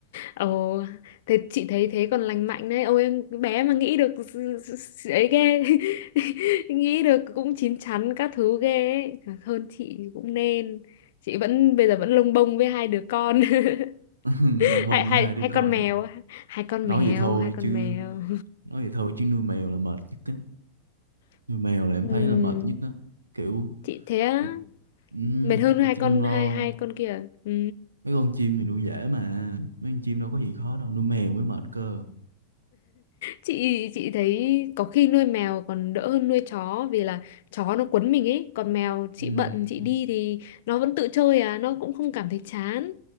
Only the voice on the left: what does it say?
Ồ, thế chị thấy thế còn lành mạnh đấy. Ôi em cái bé mà nghĩ được s- s- s- ấy ghê. <laughs> Nghĩ được cũng chín chắn các thứ ghê ấy. Thật Hơn chị thì cũng nên. Chị vẫn bây giờ vẫn lông bông với hai đứa con. <laughs>
Hai
hai
hai
con mèo, hai con
mèo,
hai con
mèo.
<laughs>
Ừm,
chị thế á.
mệt hơn hai
con
hai hai con kia à? ừ.
chị chị thấy có khi nuôi mèo còn đỡ hơn nuôi chó vì là chó nó quấn mình ấy còn mèo chị
bận chị đi thì nó vẫn tự chơi à nó cũng không cảm thấy chán